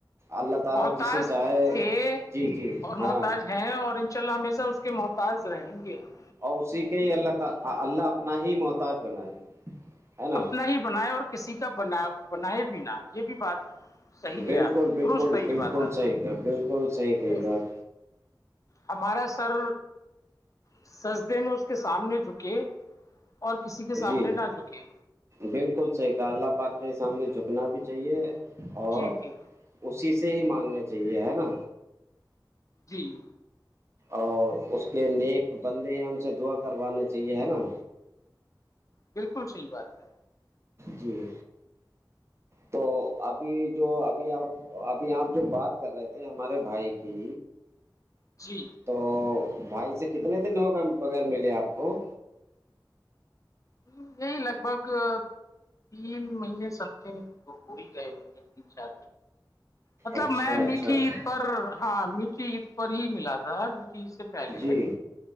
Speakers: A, on the right; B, on the left.
A: اللہ تعالی
B: محتاج
A: جسے چاہے
B: تھے
A: جی جی
B: اور
A: ہاں
B: محتاج ہیں اور ان شاء اللہ ہمیشہ اس کو کے محتاج رہیں گے ہم
A: اور اسی کے ہی اللہ ت اللہ اپنا ہی محتاج بنائے ہے نا
B: اپنا ہی بنائے اور کسی کا بنا بنائے بھی نہ یہ بھی بات صحیح
A: بالکل
B: ہے آپ
A: بالکل
B: درست ہے یہ
A: بالکل
B: بات آپ
A: صحیح کا بالکل صحیح
B: کی،
A: کہی
B: ٹھیک ہے
A: بات
B: ہمارا سر سسدے میں اس کے سامنے جھکے اور کسی کے سامنے
A: جی
B: نہ آ چکی
A: بالکل صحیح کا اللہ پاک کے سامنے جھکنا بھی چاہیے اور
B: جی جی
A: اسی سے ہی مانگنے چاہیے ہے نا
B: جی
A: اور اس کے نیک بندے ہیں ان سے دعا کروانا چاہیے ہے نا
B: بالکل صحی بات ہے
A: جی تو ابھی جو ابھی آپ ابھی آپ جو بات کر رہے تھے ہمارے بھائی کی
B: جی
A: تو بھائی سے کتنے دن ہوگا بغیر ملے آپ کو
B: ہ یہی لگ بھگ تین مہینے سم تھنگ تو ہو ہی گئے ہو مطلب
A: اچھا
B: میں
A: اچھا
B: میٹھی
A: اچھا
B: عید پر ہاں میٹی عید پر ہی ملا تھا میٹی سے پہلے
A: جی